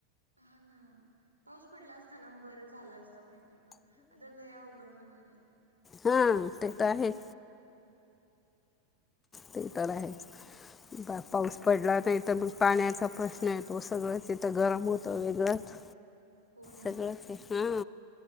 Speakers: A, on the right; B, on the left.
A: हा ना. पाऊस पडला असताना बरं झालं असतं माहितय का आता लय अवघड हुणार हाय.
B: हो ते तर आहे. ते तर आहेच
A: हम्म
B: बा पाऊस पडला नाही इथ त मग पाण्याचा प्रश्न येतो सगळंच इथं गरम होतं वेगळंच.
A: हो ना
B: सगळंच ए हा